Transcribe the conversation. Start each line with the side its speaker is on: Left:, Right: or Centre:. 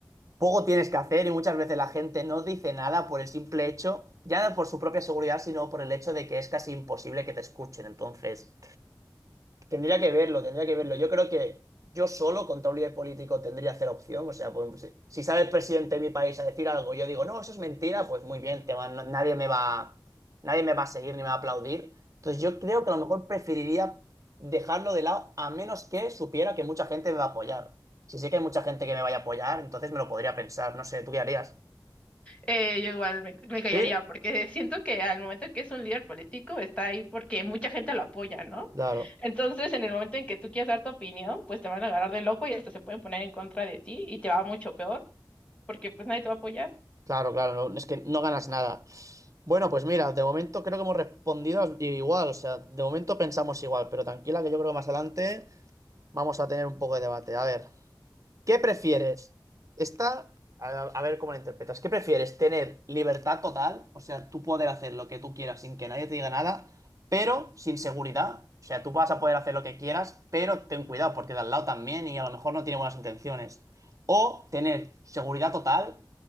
Right: Poco tienes que hacer y muchas veces la gente no dice nada por el simple hecho, ya no por su propia seguridad, sino por el hecho de que es casi imposible que te escuchen. Entonces, Tendría que verlo, tendría que verlo. Yo creo que yo solo contra un líder político tendría cero opción. O sea, pues, si, si sale el presidente de mi país a decir algo, yo digo, no, eso es mentira, pues muy bien, te va- no- nadie me va, nadie me va a seguir ni me va a aplaudir. Entonces yo creo que a lo mejor preferiría dejarlo de lado a menos que supiera que mucha gente me va a apoyar. Si sé que hay mucha gente que me vaya a apoyar, entonces me lo podría pensar. No sé, ¿tú qué harías?
Left: Eh, yo igual me, me callaría
Right: Sí.
Left: porque siento que al momento que es un líder político está ahí porque mucha gente lo apoya, ¿no?
Right: Claro.
Left: Entonces, en el momento en que tú quieras dar tu opinión, pues te van a agarrar de loco y hasta se pueden poner en contra de ti y te va mucho peor porque pues nadie te va a apoyar.
Right: Claro, claro, no- es que no ganas nada. Bueno, pues mira, de momento creo que hemos respondido igual, o sea, de momento pensamos igual, pero tranquila que yo creo que más adelante vamos a tener un poco de debate. A ver, ¿qué prefieres? Esta, a, a ver cómo la interpretas. ¿Qué prefieres? ¿Tener libertad total? O sea, tú poder hacer lo que tú quieras sin que nadie te diga nada, pero sin seguridad. O sea, tú vas a poder hacer lo que quieras, pero ten cuidado porque de al lado también y a lo mejor no tiene buenas intenciones. O tener seguridad total